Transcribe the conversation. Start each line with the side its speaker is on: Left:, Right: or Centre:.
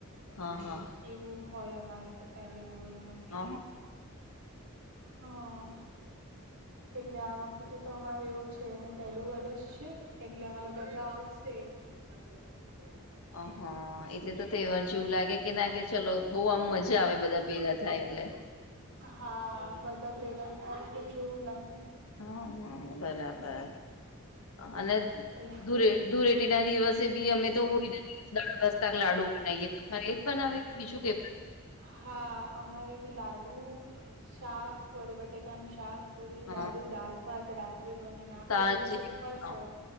Left: હા હા
Right: એવું હોય અમારે તો પહેલી હોળીમાં
Left: હા હા
Right: હમ્મ એટલે આ વખતે તો અમારે એવું છે એને પેહલું વરસ છે એટલે અમારે બધા આવશે. <unintelligible>
Left: અહ હા. એટલે તો તહેવાર જેવું લાગે કે ના કે ચલો બહુ આમ મજા આવે બધા ભેગા થાય એટલે.
Right: હા બધા ભેગા થાય એટલે કેવું લાગે.
Left: હા હ બરાબર અને
Right: એટલે
Left: ધૂરે ધૂરેટીના દિવસે બી અમે તો હોળી દાળ <unintelligible> લાડુ બનાવીએ તમારે એ જ બનાવે કે બીજું કે
Right: હા અમારે બી લાડુ, શાક પર બટેકાનું શાક પુરી
Left: હા
Right: લાડુ દાળભાત રાત્રે બને અને આખો
Left: સાંજે
Right: દિવસ ઉપવાસ
Left: હા
Right: હોય.